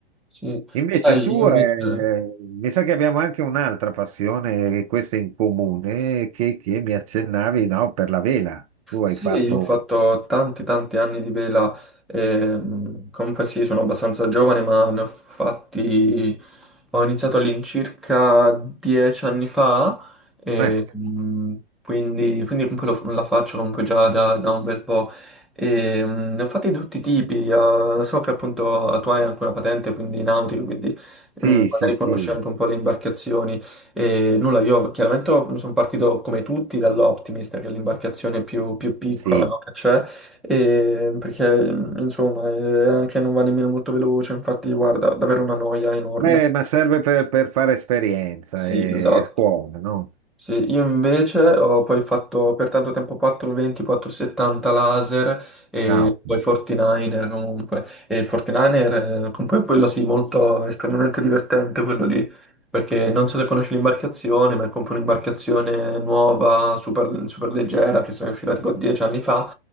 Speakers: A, in the centre; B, on the right.
A: sì.
B: Invece
A: Sai,
B: tu,
A: io invece...
B: eh, mi sa che abbiamo anche un'altra passione, e questa è in comune, che, che mi accennavi, no, per la vela. Tu hai
A: Sì,
B: fatto...
A: io ho fatto tanti tanti anni di vela, ehm, comunque sì, sono abbastanza giovane, ma ne ho fatti, ho iniziato all'incirca dieci anni fa, e,
B: eh,
A: mm, quindi, quindi comunque lo- la faccio comunque già da, da un bel po'. E, mm, ne ho fatti di tutti i tipi, eh, so che appunto ah, tu hai anche una patente, quindi nautica, quindi
B: sì,
A: mm,
B: sì,
A: magari
B: sì,
A: conosci anche un po' le imbarcazioni. E nulla, io chiaramente ho- sono partito come tutti dall'Optimist, che è l'imbarcazione più, più piccola,
B: sì.
A: no, che c'è, e- perché insomma eh, anche non va nemmeno molto veloce, infatti guarda, davvero una noia enorme.
B: Beh, ma serve per, per fare esperienza
A: Sì,
B: e,
A: Esatto. esatto.
B: e scuola, no?
A: Sì, io invece ho poi fatto per tanto tempo 420, 470 laser e
B: Ciao.
A: poi 49er comunque. E il 49er, eh, comunque quello sì, molto estremamente divertente quello lì, perché non so se conosci l'imbarcazione, ma è comunque un'imbarcazione nuova, super, super leggera, che è uscita tipo 10 anni fa,